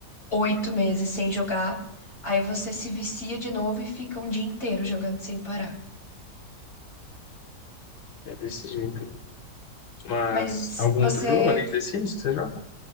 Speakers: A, on the left; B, on the left.
A: oito meses sem jogar, aí você se vicia de novo e fica um dia inteiro jogando sem parar.
B: é desse jeito. Mas
A: Mas
B: algum
A: você.
B: outro jogo além de The Sims que você joga?